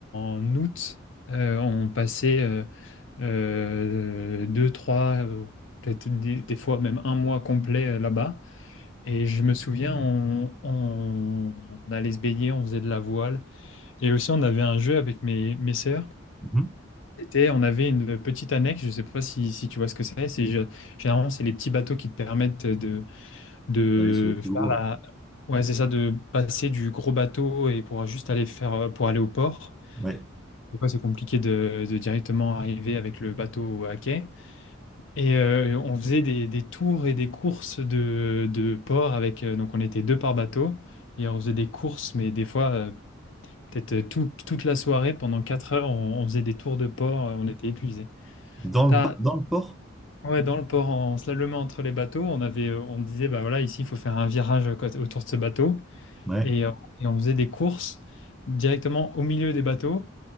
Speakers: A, on the left; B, in the centre.
A: en août, euh, on passait euh, euh, deux, trois, euh, peut-être des, des fois même un mois complet euh, là-bas. Et je me souviens, on, on allait se baigner, on faisait de la voile. Et aussi, on avait un jeu avec mes, mes sœurs.
B: Mhm.
A: C'était- on avait une petite annexe, je ne sais pas si, si tu vois ce que c'est. C'est, gé- généralement, c'est les petits bateaux qui te permettent de, de
B: D'aller sur le plus
A: faire
B: gros,
A: la...
B: oui.
A: Ouais, c'est ça, de passer du gros bateau et pour juste aller faire, euh, pour aller au port.
B: Ouais.
A: Des fois, c'est compliqué de, de directement arriver avec le bateau à quai. Et euh, on faisait des, des tours et des courses de, de port avec... euh, donc, on était deux par bateau et on faisait des courses, mais des fois, euh, peut-être euh, tout- toute la soirée, pendant quatre heures, on, on faisait des tours de port, euh, on était épuisés.
B: Dans
A: T'as,
B: le, por- dans le port?
A: Ouais, dans le port, en slalomant entre les bateaux, on avait, euh, on disait, bah voilà, ici, il faut faire un virage euh, côté- autour de ce bateau.
B: Ouais.
A: Et, euh, et on faisait des courses directement au milieu des bateaux.